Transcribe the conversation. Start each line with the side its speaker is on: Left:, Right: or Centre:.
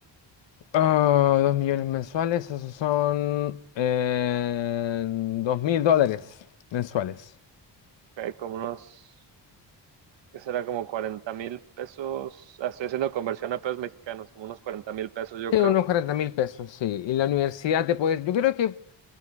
Left: ah, dos millones mensuales, esos son eh, dos mil dólares mensuales.
Right: eh, como unos, que será como cuarenta mil pesos. Ah, Estoy haciendo conversión a pesos mexicanos, como unos cuarenta mil pesos, yo
Left: Sí,
Right: creo.
Left: unos cuarenta mil pesos, sí. Y la universidad te puede, yo creo que